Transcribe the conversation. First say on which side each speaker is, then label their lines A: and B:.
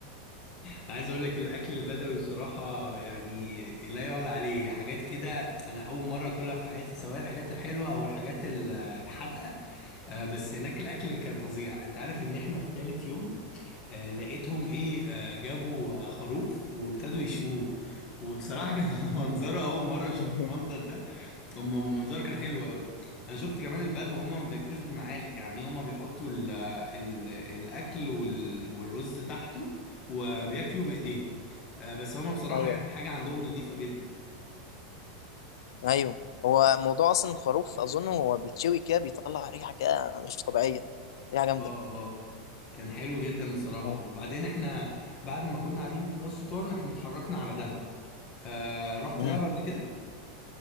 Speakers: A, on the left; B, on the left.
A: أنا عايز اقول لك الاكل البدوي بصراحة يعني لا يعلى عليه حاجات كده انا اول مرة اكلها في حياتي سواء الحاجات الحلوة او الحاجات ال- الحادقة آه، بس هناك الاكل كان فظيع انت عارف ان احنا في تالت يوم آه، لقيتهم ايه آه، جابوا آه، خروف وابتدوا يشووه وبصراحة كان <laughs> منظره أول مرة أشوف
B: <laughs>
A: المنظر ده هم هم منظره كان حلو قوي انا شفت كمان البدو هم ما بياكلوش بمعالق يعني هم بيحطوا ال ال الاكل وال والرز تحته وبياكلوا بايديهم آه، بس هم بصراحه
B: ايوه
A: يعني حاجه عندهم نظيفه جدا
B: ايوه هو موضوع اصلا الخروف اظن هو بيتشوي كده بيطلع ريحه كده مش طبيعيه ريحه جامده
A: اه اه كان حلو جدا بصراحه
B: أيوة.
A: وبعدين احنا بعد ما كنا قاعدين في راس شيطان احنا اتحركنا على دهب آه رحت
B: امم
A: دهب قبل كده